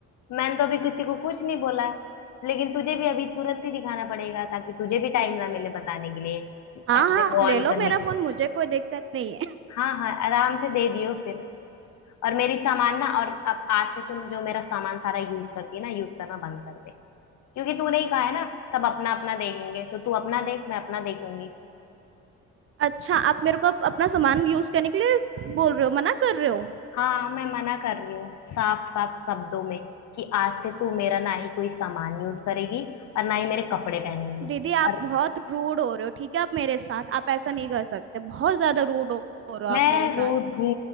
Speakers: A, on the left; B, on the right.
A: मैंने तो अभी किसी को कुछ नहीं बोला लेकिन तुझे भी अभी तुरंत ही दिखाना पड़ेगा ताकि तुझे भी टाइम ना मिले बताने के लिए
B: हाँ
A: ऐसे
B: हाँ आप
A: वो
B: ले
A: ऑन
B: लो
A: करने
B: मेरा
A: के लिए
B: फोन मुझे कोई दिक्कत नहीं है
A: हाँ हाँ आराम से दे दियो फिर और मेरी सामान ना और अब आज से तुम जो मेरा सामान सारा यूज करती है ना यूज करना बंद कर दे क्योंकि तूने ही कहा है ना सब अपना अपना देखेंगे तो तू अपना देख मैं अपना देखूंगी
B: अच्छा आप मेरे को अप- अपना सामान यूज करने के लिए बोल रहे हो मना कर रहे हो
A: हाँ मैं मना कर रही हूँ साफ साफ शब्दों में कि आज से तू मेरा ना ही कोई सामान यूज करेगी और ना ही मेरे कपड़े पहनेगी
B: दीदी आप
A: और
B: बहुत रूड हो रहे हो ठीक है आप मेरे साथ आप ऐसा नहीं कर सकते बहुत ज्यादा रूड हो, हो रहे हो
A: मैं
B: आप मेरे साथ
A: रूड हूँ